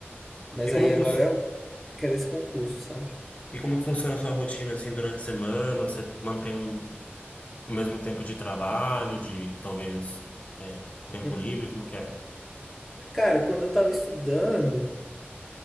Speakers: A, in the centre; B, on the left.
A: mas
B: E
A: aí
B: como é que,
A: agora
B: fun-
A: eu quero esse concurso, sabe?
B: e como é que funciona a sua rotina assim durante a semana? Você mantém um, o mesmo tempo de trabalho, de talvez é, tempo
A: Hum,
B: livre, como que é?
A: Cara, quando eu tava estudando,